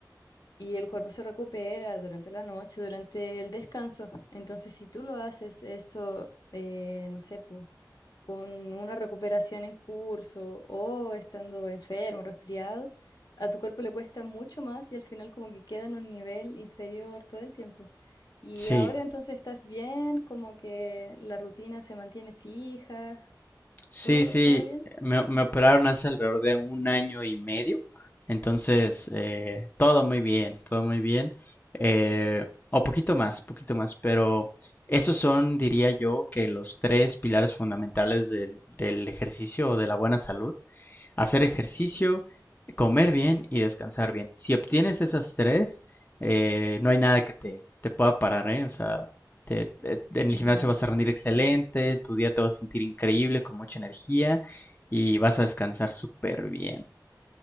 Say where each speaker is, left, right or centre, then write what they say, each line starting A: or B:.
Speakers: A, on the left; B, on the left.
A: y el cuerpo se recupera durante la noche, durante el descanso. Entonces, si tú lo haces eso, eh, no sé, po, con una recuperación en curso o estando enfermo, resfriado, a tu cuerpo le cuesta mucho más y al final como que queda en un nivel inferior todo el tiempo. Y
B: Sí,
A: ahora entonces estás bien, como que la rutina se mantiene fija,
B: Sí,
A: todo,
B: sí,
A: todo bien.
B: me, me operaron hace alrededor de un año y medio, entonces eh, todo muy bien, todo muy bien, eh, o poquito más, poquito más, pero esos son, diría yo, que los tres pilares fundamentales del, del ejercicio o de la buena salud, hacer ejercicio, comer bien y descansar bien. Si obtienes esas tres, eh, no hay nada que te, te pueda parar, ¿eh? O sea, te- eh, en
A: Ujú.
B: el gimnasio vas a rendir excelente, tu día te vas a sentir increíble, con mucha energía y vas a descansar súper bien.